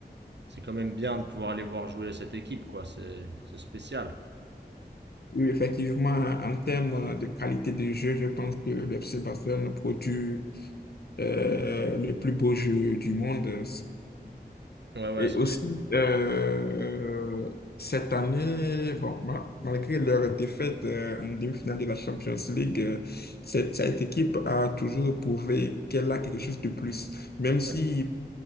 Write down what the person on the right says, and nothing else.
c'est quand même bien de pouvoir aller voir jouer cette équipe, quoi. C'est c'est spécial.
Ouais, ouais,
c'est
du-
ouais.